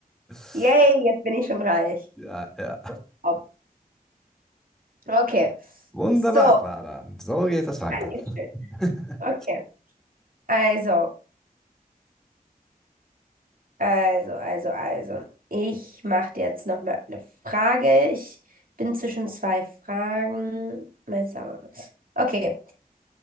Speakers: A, in the centre; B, on the right.
A: <laughs>
B: Yay, jetzt bin ich schon reich.
A: Ja, ja.
B: Hopp. Okay.
A: Wunderbar,
B: So,
A: Clara. So geht es weiter.
B: Dankeschön.
A: <laughs>
B: Okay. Also, also, also, also. Ich mache dir jetzt noch mal eine Frage. Ich bin zwischen zwei Fragen. Mal schauen. Okay.